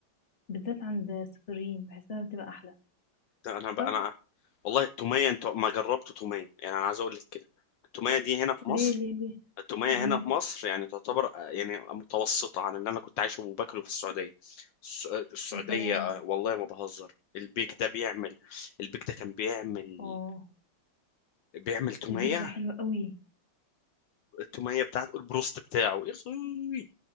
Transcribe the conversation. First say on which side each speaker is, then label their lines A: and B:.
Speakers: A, on the left; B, on the left.
A: بالذات عند السوريين بحسها بتبقى احلى
B: ده انا بقى
A: صح
B: انا والله التوميه انت ما جربت توميه يعني انا عايز اقول لك كده التوميه دي هنا في
A: ليه
B: مصر
A: ليه ليه
B: التوميه
A: امم
B: هنا في مصر يعني تعتبر آه، يعني متوسطه عن اللي انا كنت عايشه وباكله في السعوديه الس- السعوديه
A: يا سلام
B: آه، والله ما بهزر البيك ده بيعمل البيك ده كان بيعمل
A: اه
B: بيعمل توميه
A: البيك ده حلو قوي
B: التوميه بتاعته البروست بتاعه يا اخوي